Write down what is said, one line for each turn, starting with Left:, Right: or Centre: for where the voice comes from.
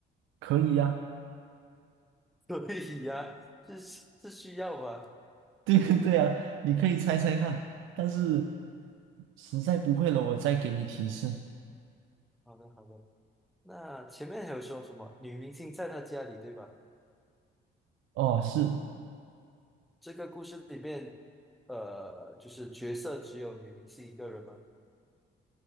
Right: 可以呀、
Centre: <laughs> 可以呀、这是这需要吧？
Right: <laughs> 对对呀、你可以猜猜看，但是实在不会了，我再给你提示。
Centre: 好的好的。那前面还有说什么女明星在他家里，对吧？
Right: 哦，是，
Centre: 这个故事里面，呃，就是角色只有女明星一个人吗？